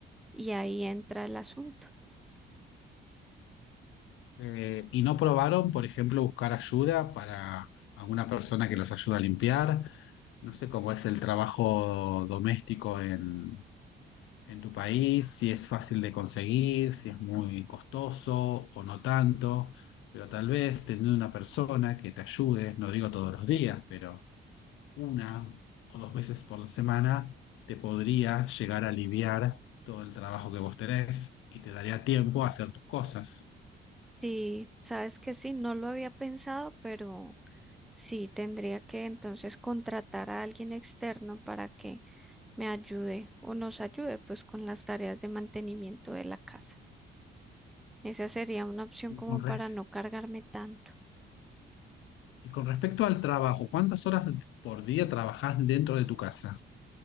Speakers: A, in the centre; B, on the left (about 80°).
A: Y ahí entra el asunto.
B: Eh, ¿y no probaron, por ejemplo, buscar ayuda para alguna persona que los ayude a limpiar? No sé cómo es el trabajo doméstico en, en tu país, si es fácil de conseguir, si es muy costoso o no tanto, pero tal vez teniendo una persona que te ayude, no digo todos los días, pero una o dos veces por la semana, te podría llegar a aliviar todo el trabajo que vos tenés y te daría tiempo a hacer tus cosas.
A: Sí, sabes que sí, no lo había pensado, pero sí tendría que entonces contratar a alguien externo para que me ayude o nos ayude pues con las tareas de mantenimiento de la casa. Esa sería una opción
B: Y
A: como
B: con,
A: para
B: re-
A: no cargarme tanto.
B: y con respecto al trabajo, ¿cuántas horas por día trabajás dentro de tu casa?